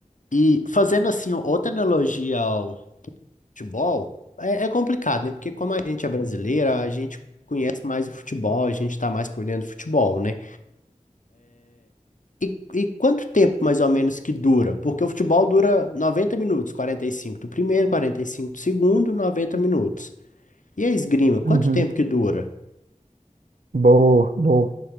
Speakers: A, on the left; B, on the right.
A: e fazendo assim outra analogia ao futebol, é, é complicado, né? Porque como a gente é brasileira, a gente conhece mais o futebol, a gente tá mais por dentro do futebol, né? E, e quanto tempo mais ou menos que dura? Porque o futebol dura 90 minutos, 45 do primeiro, 45 do segundo, 90 minutos. E a esgrima,
B: Uhum.
A: quanto tempo que dura?
B: Boa, boa.